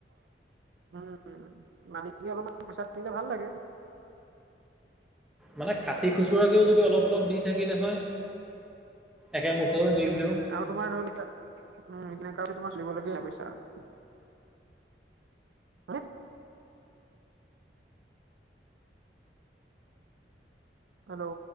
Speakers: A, on the right; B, in the centre.
A: উম, মালিক অলপমান পইচা দিলে ভাল লাগে।
B: মানে খাচী খুচুৰাকেও যদি অলপ-অলপ দি থাকিলে হয় একে মুচৰত
A: উম,
B: নিদিলেও।
A: আৰু তোমাৰ <unintelligible> <inaudible> হেল্ল',